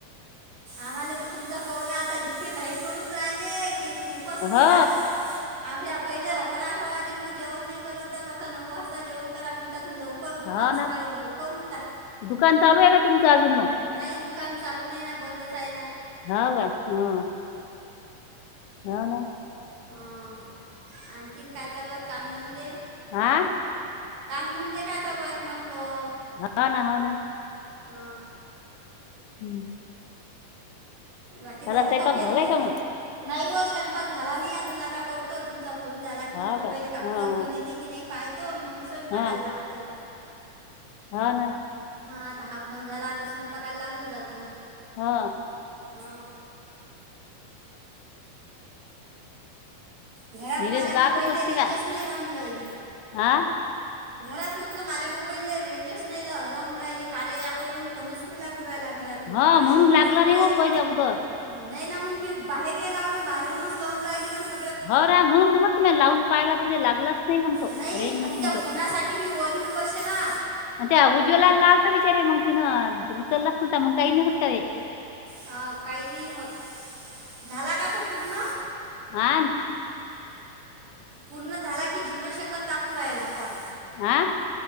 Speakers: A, on the right (about 65°); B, on the left (about 90°).
A: आम्हाला तर तुमचा पोरगा आता इतके घाई करून राहिले की खूपच
B: हो
A: निराश आम्ही पहिले अकरा अकरा वाजे लोकं जेवण नाही करत जात, आता नऊ वाजता जेवण करा म्हणतात अन्‌ लव‌ लवकर झोपा
B: हो
A: अन सकाळी
B: ना
A: लवकर उठा.
B: दुकान चालू आहे का तुमचं अजून मग
A: नाही दुकान चालू नाही ना बंदच आहे ना.
B: हावं का? हो ह ना.
A: ह आणखीन काय चालूयत कामधंदे?
B: हा
A: कामधंदे काय चालू आहेत म्हटलं?
B: हा ना हो ना.
A: हा
B: हम्म
A: बाकी
B: त्याला
A: झालं
B: स्वयंपाक
A: का पेरणं
B: झालाय का
A: झालं?
B: मग
A: नाही व स्वयंपाक झाला नाही अजून आता करतो तुमचा फोन झाला की
B: हो
A: म्हटलं,
B: काय
A: पहिले काकूचा
B: हा
A: फोन येते की नाही पाहतो मग स्वयंपाकाला
B: हा
A: लागतो.
B: हो ना.
A: ह आता हा फोन झाला आता स्वयंपाकाला लागून जातो.
B: हो
A: हा. घरात
B: निलेश
A: माला
B: गातच
A: मोबाईले
B: असते
A: रेंजच
B: का
A: नाही राहून राहिली.
B: हा
A: घरात म्हटलं माझ्या मोबाईलने रेंजच नाय राहून राहिली, कार्या एप वरून फोनच नाय लागु राहिला घरातून,
B: हा
A: बाहेरून
B: म्हणून लागला
A: करू
B: नाही
A: राहिली
B: हो पहिले
A: मी.
B: अगोदर
A: नाही ना मग मी बाहेर येलाव ना बाहेरूनच लावून राहिली ना स
B: हो ना म्हणून त म्हटलं मी लावून पाहायला तिला लागलाच नाही मग तो
A: नाही,
B: रेंज
A: मग
B: मशीन
A: त्या फोनासाठी मी वर येऊन बसेला.
B: म त्या उज्वला‌‌ला आलता विचारे मग तिनं, उचललाच असता तर मग काही नाय होत का रे?
A: अ काही नाही होत, झाला का तू पूर्ण?
B: आण.
A: पूर्ण झाला कि झिरो सेकंद दाखवू राहिला कॉल.
B: आं.